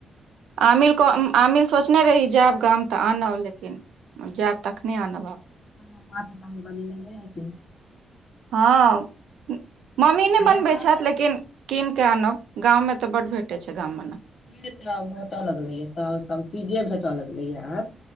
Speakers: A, on the right; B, on the left.
A: आमिलके आमिल सोचने रही जायब गाम तऽ आनब लेकिन जायब तखने आनब आब
B: ह मात तमी बल ने नेे हेतन
A: हँ मम्मी नय
B: आ
A: बनबै
B: एतऽ
A: छथि
B: तऽ
A: लेकिन कीन के आनब गाँव में तऽ बड भेटे छै गाम मे ने
B: ह त भेटे लगले या सब सब चीजे भेटे लगले य आब